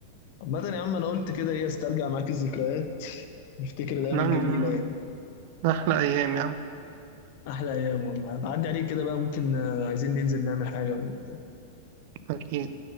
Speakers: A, on the left; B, on the right.
A: عامة يا عم انا قلت كده ايه استرجع معاك الذكريات نفتكر الايام
B: يعني
A: الجميله يعني
B: احلى ايام يعني
A: احلى ايام والله بعدي عليك كده بقى ممكن آه، عايزين ننزل نعمل حاجه ولا
B: اكيد